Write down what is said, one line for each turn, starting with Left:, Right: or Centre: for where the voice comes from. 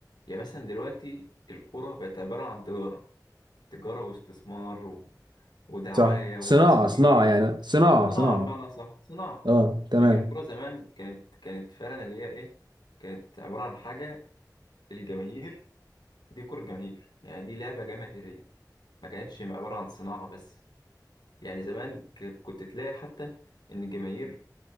Left: يعني مثلا دلوقتي الكورة بقت عبارة عن تجارة تجارة واستثمار و... ودعاية
Right: صح
Left: وتسويق
Right: صناعة صناعة يعني صناعة
Left: صناعة
Right: صناعة
Left: بمعنى صح صناعة
Right: اه تمام
Left: لكن الكورة زمان كانت كانت فعلا اللي هي إيه كانت عبارة عن حاجة الجماهير دي كورة جماهير يعني دي لعبة جماهيرية ما كانتش عبارة عن صناعة بس يعني زمان كانت- كنت تلاقي حتى إن الجماهير